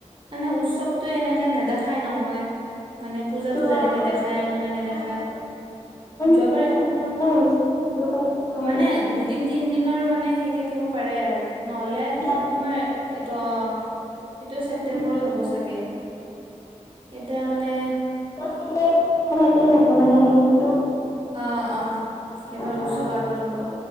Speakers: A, on the right (about 40°); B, on the left (about 25°).
A: মানে উৎসৱ তো এনেকে নেদেখাই নহয়। মানে পূজাতো
B: যোৱাবাৰ
A: যেনেকে দেখায়, এনেকে নেদেখায়।
B: অ অ
A: যোৱাবাৰ।
B: কিন্তু একেলগে হৈছিল এইবাৰ বা কি হয়
A: মানে দুদিন, তিন দিনৰ মানে হেই থাকিব। পাৰে আৰু, নহলে
B: গেপ
A: তোমাৰ
B: থাকিব পাৰে
A: এইটো অ' সেইটো ছেপ্তেম্বৰত
B: উম
A: হ'ব চাগে। এতিয়া মানে
B: থাকে, প্ৰথমতে হ'ব মানে এ
A: অ' অ'
B: অ
A: এইবাৰ উৎসৱ
B: অ
A: আগত হ'ব।